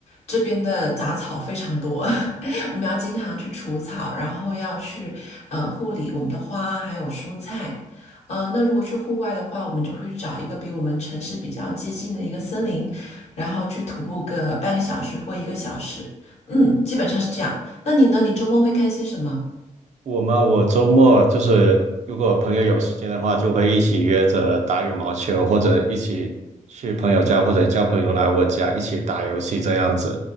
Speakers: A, on the left; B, on the right.
A: 这边的杂草非常多。<laughs> 我们要经常去除草，然后要去呃护理我们的花还有蔬菜。呃，那如果去户外的话，我们就会找一个比我们城市比较接近的一个森林，然后去徒步个半个小时或一个小时。嗯，基本上是这样。那你呢？你周末会干些什么？
B: 我吗？我周末就是如果朋友有时间的话，就会一起约着打羽毛球，或者一起去朋友家，或者叫朋友来我家一起打游戏这样子。